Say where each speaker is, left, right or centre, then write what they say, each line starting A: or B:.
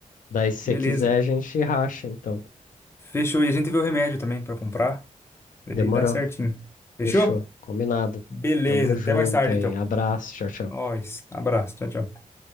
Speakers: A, on the left (about 80°); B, on the left (about 20°).
A: Daí, se você
B: Beleza.
A: quiser, a gente racha, então.
B: Fechou. E a gente vê o remédio também pra comprar.
A: Demorou.
B: aí dá certinho. Fechou?
A: Fechou. Combinado.
B: Beleza.
A: Tamo junto
B: Até mais tarde,
A: aí.
B: então.
A: Abraço. Tchau, tchau.
B: Nós. Abraço. Tchau, tchau.